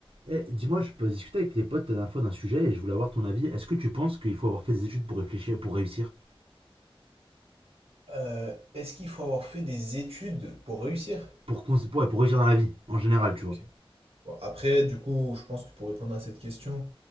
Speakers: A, on the right; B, on the right.
A: Eh, dis-moi, je peux discuter avec les potes la dernière fois d'un sujet et je voulais avoir ton avis. Est-ce que tu penses qu'il faut avoir fait des études pour réfléchir, pour réussir
B: Euh, est-ce qu'il faut avoir fait des études pour réussir?
A: pour, cons- pour, ouais, pour réussir dans la vie, en général, tu
B: Ok.
A: vois.
B: Bon, après, du coup, je pense que pour répondre à cette question,